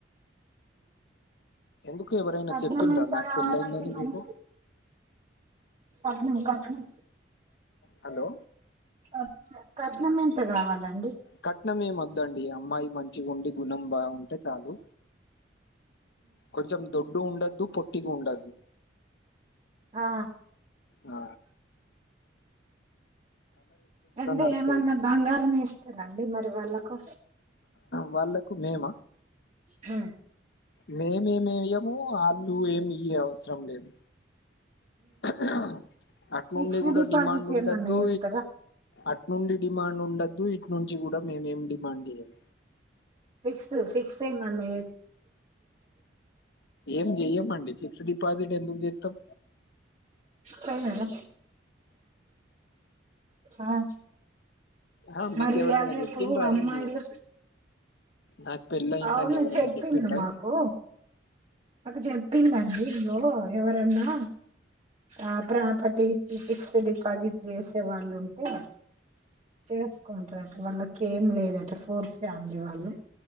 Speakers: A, on the left; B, on the right.
A: ఎందుకు ఎవరైనా
B: కట్నం
A: చెప్పిండ్రా
B: ఎంత
A: నాకు
B: కావలండి
A: పెళ్ళైందని
B: మరి
A: మీకు
B: కట్నం కట్నం
A: హలో
B: కట్ కట్నం ఏంత గావలన్
A: కట్నం ఏం ఒద్దండి అమ్మాయి మంచిగుండి గుణం బా ఉంటే చాలు కొంచం దొడ్డు ఉండొద్దు పొట్టిగ ఉండొద్దు
B: ఆ
A: ఆ
B: అంటే
A: నడుతుంది
B: ఏమన్న
A: కొంచెం
B: బంగారం ఇస్తరాండి మరి వాళ్ళకు
A: వాళ్ళకు మేమ
B: హు
A: మేమేమి ఎయము ఆళ్ళు ఏమి ఇయ అవసరం లేదు ఊ ఊ అట్నుండి
B: ఫిక్స్డ్
A: కూడా
B: డిపాజిట్
A: డిమాండ్ ఉండొద్దు
B: ఏమన్నా చేస్తారా
A: అటు నుండి డిమాండ్ ఉండ దు ఇట్ నుంచి కూడ మేమేం డిమాండ్ చేయ్యం
B: ఫిక్స్ ఫిక్స్ చేయమని
A: ఏం చెయ్యమండి ఫిక్స్ డిపాజిట్ ఎందుకు చేతం
B: ఫైనలా ఆ
A: ఆ మీకెవరన్నా
B: మరి ఇయాల రేపు
A: చెప్పిండ్రా
B: అమ్మాయిలు
A: ఏంది నాకు పెళ్ళి అయిందని
B: అవును
A: ఎవరన్నా
B: చెప్పిండు
A: చెప్పిండ్రా
B: మాకు ఒకే చెప్పిందండి లో ఎవరన్నా ఆ ప్రాపర్టీ ఇచ్చి ఫిక్స్డ్ డిపాజిట్ చేసే వాళ్ళు ఉంటే చేసుకుంట్రట వాళ్ళక్ కేం లేదట ఫూర్ ఫ్యామిలీ వాళ్ళు